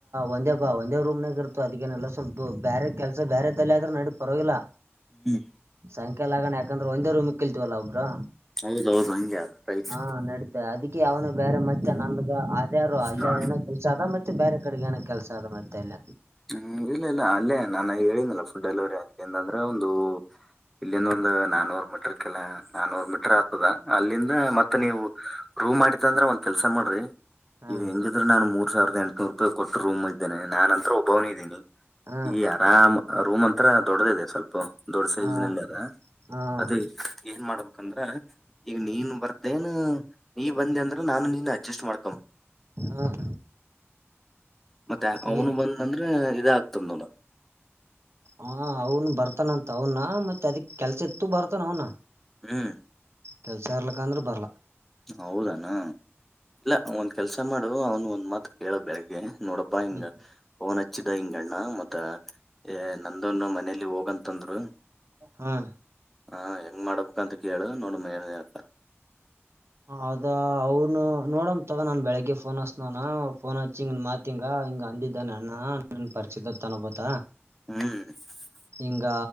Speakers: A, on the right (about 65°); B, in the centre.
A: ಒಂದೇ ಬಾ ಒಂದೇ ರೂಮ್ನಾಗ ಇರ್ತ ಅದಕ್ಕೇನೆಲ್ಲ ಸ್ವಲ್ಪ ಬೇರೆ ಕೆಲ್ಸ ಬೇರೆ ತಲೆ ಆದ್ರ ನಡಕ್ ಪರವಾಗಿಲ್ಲ
B: ಹ್ಮ್
A: ಸಂಖ್ಯೆ ಆಗಣ ಯಾಕಂದ್ರ ಒಂದೇೂಮ್ ಕಲ್ತವಲ್ಲ ಒಬ್ರು
B: ಹೌದೌದು ಹಂಗೆ ಅದ ರೈಟ್
A: ಹಾ ನಡ್ದ ಅದಕ್ಕೆ ಅವನು ಬೇರೆ ಮತ್ತೆ ನನ್ಗ ಆ ಅಲ್ಲ
B: ಹಾ
A: ಏನ ಕೆಲ್ಸ ಅದ ಮತ್ತೆ ಬೇರೆ ಕಡೆಗೆ ಏನ ಕೆಲ್ಸ ಅದ ಮತ್ತೆ ಎಲ್ಲ
B: ಹ್ಮ್ ಇಲ್ಲ ಇಲ್ಲ ಅಲ್ಲೇ ನಾನ ಹೇಳನಿಲ್ಲಲ್ಲ ಫುಡ್ ಡೆಲಿವರಿ ಅಂತ ಎಂದ್ರೆ ಒಂದು- ಇಲ್ಲಿಂದ ಒಂದು ನಾನೂರ್ ಮ ಕೆಲ್ಲ ನಾನೂರ್ ಮೀಟರ್ ಆಗ್ತದ ಅಲ್ಲಿಂದ ಮತ್ತತ್ ನೀವು ರೂವ್ ಮಾಡತ್ತ ಅಂದ್ರೆ ಒಂದ್ ಕೆಲ್ಸ ಮಾಡ್ರಿ
A: ಹಾಂ
B: ಈಗ ಎಂಗಿದ್ರೆ ನಾನು ಮೂ ಮೂರ್ ಸಾವಿದ ಎಂಟನೂರು ರೂಪಿಟ್ಟ ರೂ್ ಇದ್ದೇ ನುಂತತ್ರ ಒಬ್ಬನಿದ್ದೀಿ
A: ಹಾಂ
B: ಈ ಆರಾಮ್ ರೂಮಂತ ಹತ್ರ ದೊಡ್ದಿದೆ ಸ್ವಲ್ಪ ದೊಡ್ ಸೈಜ್ಿನಲ್ಲಿ
A: ಹಾಂ
B: ಅದ
A: ಹಾಂ
B: ಅದೇ ಏನ್ ಮಾಡಬಹುದು ಯಾಕಂದ್ರ ಈಗ ನೀನ್ ಬರ್ತೇನು ನೀ ಬಂದಿ ಅಂದ್ರ ನಾನು ನೀನ್ ಅಡ್ಜಸ್ಟ್ ಮಾಡ್ಕೊ ಹ್ಮ್
A: ಹಾಂ
B: ಮತ್ತೆ ಅವನು
A: ಈಗ
B: ಬಂದ ಅಂದ್ರೆ ಇದಾಗಗ್ತದ ನೋಡ
A: ಹ ಅವನ್ ಬರ್ತಾನಂತ ಅವನ ಮತ್ತೆ ಅದಕ್ ಕೆಲ್ಸ ಇತ್ತು ಬರ್ತಾನ ಅವನ.
B: ಹ್ಮ್.
A: ಕೆಲ್ಸ ಇರ್ಲಕ್ಕ ಅಂದ್ರ ಬರ್ಲಾ.
B: ಹೌದಾನ ಇಲ್ಲ ಒಂದ್ ಕೆಲ್ಸ ಮಾಡುದು ಅವನು ಒಂದ್ ಮಾತ್ ಕೇಳೋ ಬಗೆ ನೋಡಪ್ಪಾ ಹಿಂಗ
A: ಹ್ಞೂ
B: ಫೋನ್ ಹಚ್ಚಿದ ಹಿಂಗಣ್ಣ ಮೆ ಅ ನಂದೊನ್ನು ಮನಲಿ. ಇಲ್ಲಿ ಹೋಗಂತಂದ್ರು
A: ಹಾಂ
B: ಹ ಹೆಂಗ್ ಮಾಡಬೇಕಂತ ಕೇಳ ನೋಡ ಮನ ಹತಾರ.
A: ಅದ ಅವ್ನು ನೋಡಮ ತಗ ನಾನ್ ಬೆಳಗ್ಗೆ ಫೋನ್ ಹಸ್ನವಾನ ಫೋನ್ ಹಚ್ಚಿಂಗ ಮಾತಿಂಗ ಹಿಂಗ ಅಂದಿದ್ದ ನ ಅಣ್ಣ ನನ್ ಪರಿಚಿತತ್ನಬತ.
B: ಹ್ಮ್.
A: ಹಿಂಗ